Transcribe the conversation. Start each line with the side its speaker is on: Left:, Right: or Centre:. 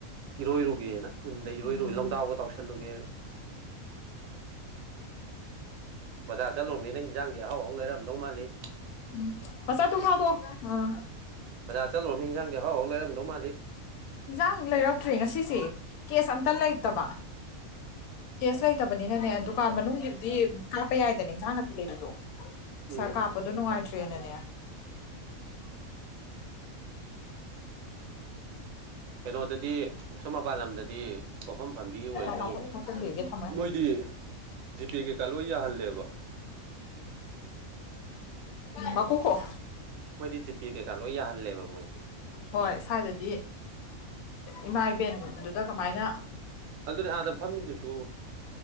Right: ꯏꯔꯣꯏꯔꯨꯒꯦꯅ ꯎꯟꯗ ꯏꯔꯣꯏꯔꯨꯏ
Left: ꯎꯝ
Right: ꯂꯣꯡꯗꯥꯎꯒ ꯇꯥꯎꯁꯜꯂꯨꯒꯦꯅ ꯕꯖꯔ ꯆꯠꯂꯨꯃꯤ ꯏꯟꯖꯥꯡꯗꯤ ꯑꯍꯥꯎ ꯑꯍꯧꯎ ꯂꯩꯔꯝꯗꯧ ꯃꯥꯜꯂꯤ
Left: ꯎꯝ ꯃꯆꯥ ꯙꯨꯛ ꯊꯥꯗꯣꯛ ꯑꯣ
Right: ꯕꯥꯔ ꯆꯠꯂꯨꯔꯃꯤ ꯍꯤꯡꯖꯥꯡꯗꯤ ꯑꯍꯧꯎ ꯂꯩꯔꯝꯗꯧ ꯃꯥꯜꯂꯤ
Left: ꯏꯟꯁꯥꯡ ꯂꯩꯔꯛꯇ꯭ꯔꯦ ꯉꯁꯤꯁꯦ ꯀꯦꯁ ꯑꯝꯇ ꯂꯩꯇꯕ ꯀꯦꯁ ꯂꯩꯇꯕꯅꯤꯅꯅꯦ ꯗꯨꯀꯥꯟ ꯃꯅꯨꯡꯒꯤꯗꯤ ꯀꯥꯞꯄ ꯌꯥꯏꯗꯅꯦ ꯏꯟꯁꯥꯡ ꯅꯥꯄꯤ ꯂꯩꯕꯗꯣ ꯄꯩꯁꯥ
Right: ꯎꯝ
Left: ꯀꯥꯞꯄꯗꯣ ꯅꯨꯡꯉꯥꯏꯇ꯭ꯔꯦꯅꯅꯦ
Right: <inaudible> ꯀꯩꯅꯣꯗꯗꯤ ꯁꯨꯝ ꯃꯄꯥꯟ ꯂꯝꯗꯗꯤ ꯄꯣꯐꯝ ꯐꯝꯕꯤ ꯑꯣꯏꯔꯁꯨ
Left: ꯃꯥ ꯐꯣꯠꯆꯟꯕꯤꯔꯒꯦ ꯊꯝꯃꯒꯦ
Right: ꯃꯣꯏꯗꯤ ꯖꯤꯄꯦ ꯀꯩꯀꯥ ꯂꯣꯏ ꯌꯥꯍꯜꯂꯦꯕ
Left: ꯃꯀꯨ ꯈꯣꯛꯑꯣ
Right: ꯃꯣꯏꯗꯤ ꯖꯤꯄꯦ ꯀꯩꯀꯥ ꯂꯣꯏ ꯌꯥꯍꯜꯂꯦꯕ ꯃꯣꯏꯗꯤ
Left: ꯍꯣꯏ ꯁ꯭ꯋꯥꯏꯗꯗꯤ ꯏꯃꯥ ꯏꯕꯦꯟꯗꯨꯗ ꯀꯃꯥꯏꯅ
Right: ꯑꯗꯨꯅꯦ ꯑꯥꯗ ꯐꯝꯃꯤꯗꯨꯁꯨ